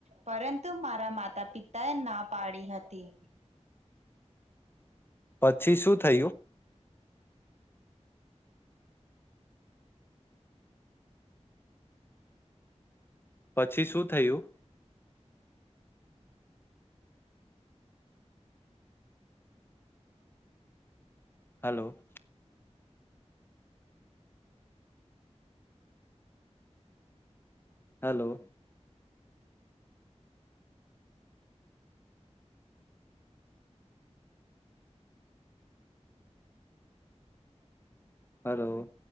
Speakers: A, on the right (about 70°); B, on the left (about 20°).
A: પરંતુ મારા માતા પિતાએ ના પાડી હતી.
B: પછી શું થયું? પછી શું થયું? હલો! હલો! હલો!